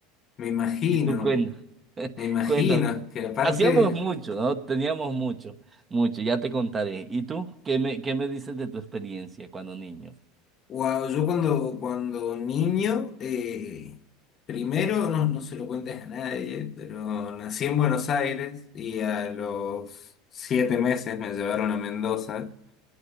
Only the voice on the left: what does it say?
me imagino,
me imagino
que aparte,
wow, yo cuando, cuando niño, eh, primero, no, no se lo cuentes a nadie, pero nací en Buenos Aires y a los siete meses me llevaron a Mendoza,